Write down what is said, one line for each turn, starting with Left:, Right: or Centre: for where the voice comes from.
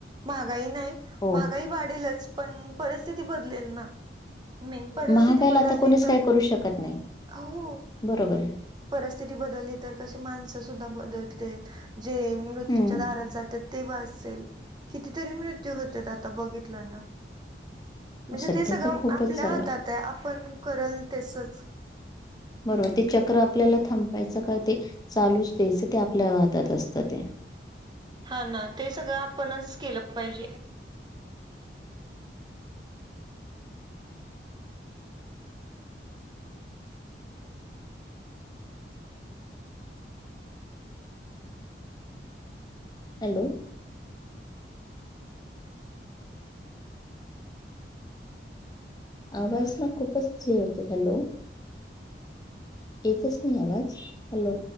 Right: महागाई नाही
Left: हो
Right: महागाई वाढेलच पण परिस्थिती बदलेल ना मेन परिस्थिती
Left: महागायला
Right: बदलली
Left: आता कोणीच
Right: तर
Left: काही करू शकत नाही.
Right: हो
Left: बरोबर आहे
Right: परिस्थिती बदलली तर कशी माणसं सुद्धा बदलतील जे मृत्यूच्या
Left: हम्म
Right: दारात जात तेव्हा असेल कितीतरी मृत्यू होतात आता बघितलं ना म्हणजे
Left: सध्या
Right: ते सगळं
Left: तर खूपच
Right: आपल्या
Left: चालू
Right: हातात आहे आपण करल तेसच
Left: बरोबर ते चक्र आपल्याला थांपायचं का ते चालूच द्यायचं ते आपल्या हातात असतं ते
Right: हा ना ते सगळं आपणच केलं पाहिजे
Left: हॅलो आवाज हा खूपच होते हॅलो येतच नाही आवाज हॅलो